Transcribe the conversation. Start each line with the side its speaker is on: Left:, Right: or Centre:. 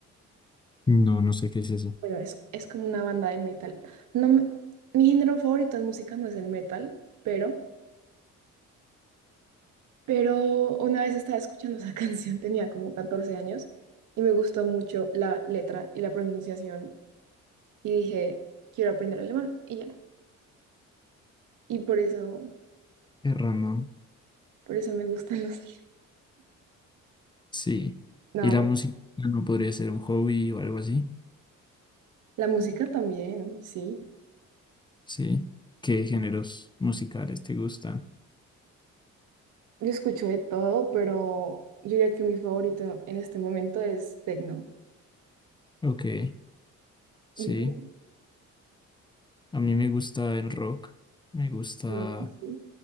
Left: No, no sé qué es eso.
Right: Bueno, es, es como una banda de metal. No, me- mi género favorito en música no es el metal, pero, pero una vez estaba escuchando esa <laughs> canción, tenía como 14 años, y me gustó mucho la letra y la pronunciación, y dije, quiero aprender alemán, y ya. Y por eso,
Left: Es random.
Right: por eso me gustan los alemanes.
Left: Sí.
Right: No,
Left: ¿Y la
Right: me-
Left: música no podría ser un hobby o algo así?
Right: la música también, sí.
Left: Sí. ¿Qué géneros musicales te gustan?
Right: Yo escucho de todo, pero yo diría que mi favorito en este momento es techno.
Left: Ok, sí.
Right: ¿Y tú?
Left: A mí me gusta el rock, me gusta
Right: Bien, Sí,